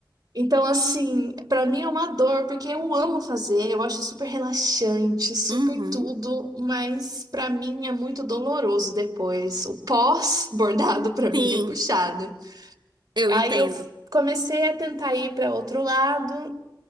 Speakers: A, on the right; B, on the right.
A: Então, assim, pra mim é uma dor, porque eu amo fazer, eu acho super relaxante, super
B: Uhum.
A: tudo, mas pra mim é muito doloroso depois. O pós-bordado pra mim
B: Sim,
A: é puxado.
B: eu
A: Aí
B: entendo.
A: eu comecei a tentar ir pra outro lado,